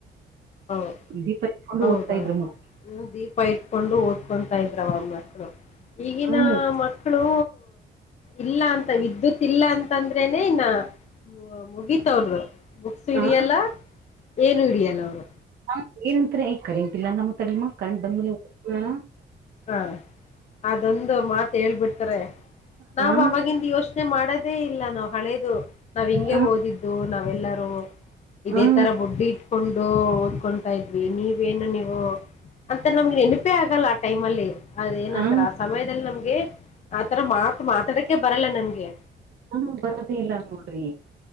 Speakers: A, on the left (about 35°); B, on the right (about 60°).
A: ಹೌದು
B: ದೀಪ ಇಟ್ಕೊಂಡು
A: ಹೌದೌದು
B: ಓದ್ತಾ ಇದ್ರು ಮ
A: ಹ್ಮ ದೀಪ ಇಟ್ಕೊಂಡು ಓದ್ಕೊತಾ ಇದ್ರವ ಮಕ್ಳು ಈಗಿನ
B: ಹ್ಮ್
A: ಮಕ್ಕಳು ಇಲ್ಲ ಅಂತ ವಿದ್ಯುತ್ ಇಲ್ಲ ಅಂತಂದ್ರೇನೆ ಇ ನ ಮುಗಿತ್ ಅವರ್ದು ಬುಕ್ಸ್ ಹಿಡಿಯಲ್ಲ
B: ಹಾ
A: ಏನು ಹಿಡಿಯಲ್ಲ ಅವರು
B: ಹಾ ಏನಂತಾರೆ ಯ ಕರೆಂಟ್ ಇಲ್ಲಾ ನಮ್ಮ ತಳಮ್ಮ ಕರೆಂಟ್ ಬಂದ್ಮೇಲೆ ಓಕೋಣ
A: ಹಾ ಅದೊಂದು ಮಾತ್ ಹೇಳ್ಬಿಡ್ತಾರೆ ನಾವ್
B: ಹಾ
A: ಅವಾಗಿಂದು ಯೋಸ್ ಯೋಚ್ನೆ ಮಾಡದೇ ಇಲ್ಲ ನಾವ್ ಹಳೇದು ನಾವ್ ಹಿಂಗೆ
B: ಹಾ
A: ಓದಿದ್ದು ನಾವೆಲ್ಲರೂ ಇದೇ
B: ಹಾ
A: ತರ ಬುಡ್ಡಿ ಇಟ್ಕೊಂಡು ಓದ್ ಓದ್ಕೊಂತಾ ಇದ್ವಿ ನೀವೇನು ನೀವು ಅಂತ ನಮ್ಗೆ ನೆನಪೇ ಆಗಲ್ಲ ಆ ಟೈಮ ಅಲ್ಲಿ ಅದ ಏನಂತಾರ
B: ಹಾ
A: ಆ ಸಮಯದಲ್ಲಿ ನಮ್ಗೆ ಆತರ ಮಾತ್ ಮಾತಾಡಕೆ ಬರಲ್ಲ ನಮ್ಗೆ
B: ಹ್ಮ ಬರದೆ ಇಲ್ಲ ನೋಡ್ರಿ